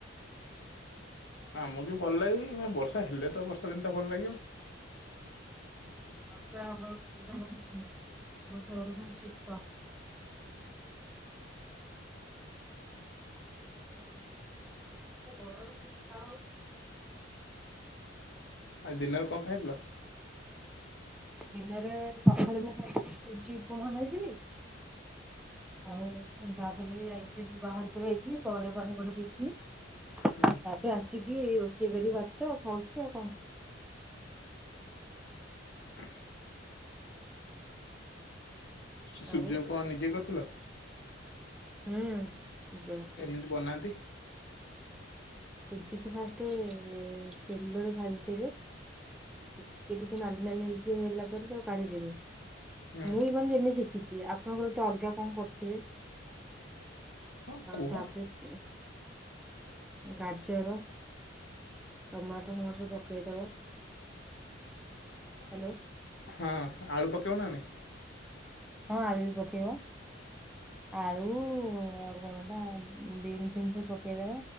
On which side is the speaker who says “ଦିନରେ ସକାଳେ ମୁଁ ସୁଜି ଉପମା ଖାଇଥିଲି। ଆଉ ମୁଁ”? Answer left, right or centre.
Centre